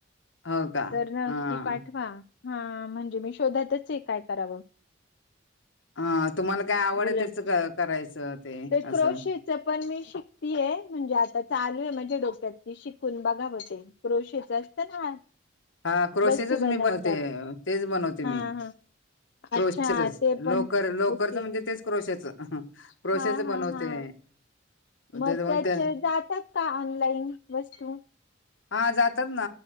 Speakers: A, on the left; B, on the left.
A: हो का?
B: तर नक्की
A: हां.
B: पाठवा. हा म्हणजे मी शोधातच आहे काय करावं.
A: <unintelligible> हा तुम्हाला काय आवड
B: उलट
A: त्याच करायचं ते
B: क्रोशेच
A: असं.
B: पण मी शिकतीये म्हणजे आता चालू आहे, म्हणजे डोक्यात की शिकून बघावं ते क्रोशेच असतं ना.
A: हा क्रोशेजच
B: वस्तू
A: मी
B: बनवतात
A: बनते तेच बनवते
B: हा
A: मी.
B: हा अच्छा
A: क्रोशेचच
B: ते पण
A: लोकर लोकरच
B: ओके
A: म्हणजे तेच क्रोशाचं ह क्रोशेच
B: हा हा
A: बनवते.
B: हा मग
A: ते
B: त्याचे
A: ते
B: जातात का ऑनलाइन वस्तू.
A: हा जातात, ना